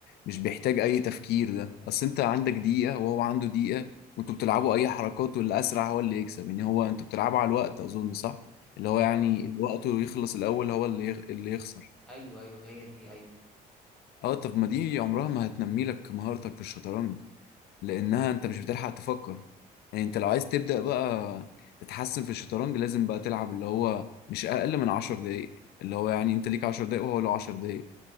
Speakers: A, on the left (about 70°); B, in the centre.
A: مش بيحتاج اي تفكير ده اصل انت عندك دقيقه وهو عنده دقيقه وانتوا بتلعبوا اي حركات واللي اسرع هو اللي يكسب يعني هو انتوا بتلعبوا على الوقت اظن صح اللي هو
B: اه
A: يعني الوقت اللي يخلص الاول هو اللي يخ- اللي يخسر
B: ايوه ايوه هي دي ايوه
A: اه طب ما دي عمرها ما هتنمي لك مهارتك في الشطرنج لانها انت مش بتلحق تفكر يعني انت لو عايز تبدا بقى تتحسن في الشطرنج لازم بقى تلعب اللي هو مش اقل من 10 دقايق اللي هو يعني انت ليك 10 دقايق وهو له 10 دقايق